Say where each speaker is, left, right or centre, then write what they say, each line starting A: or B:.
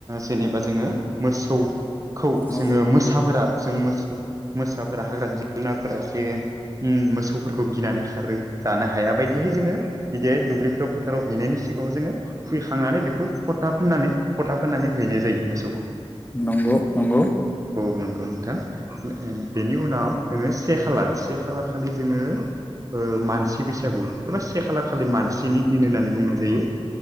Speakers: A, on the right; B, on the left.
A: जेनेबा जोङो मोसौ खौ जोङो
B: औ
A: मोसाफोरा जों मोसाफोरा हाग्रानि जिब जुनारफोरा जे मोसौफोरखौ गिनानै खारो जानो हाया बायदिहाय जोङो बिदिहाय दुब्लिफोराव फोथाराव हैनायनि सिगाङाव जोङो फैखांनानै बेखौ फोथा फोननानै फोथा फोननानै हैनाय जायो मोसौखौ
B: नंगौ नंगौ
A: औ नंगौ नोंथां बेनि उनाव जोङो से खालार से खालार खालि जोङो मानसि बैसागु एबा से खालार खालि मानसिनि दिन होननानै बुंनाय जायो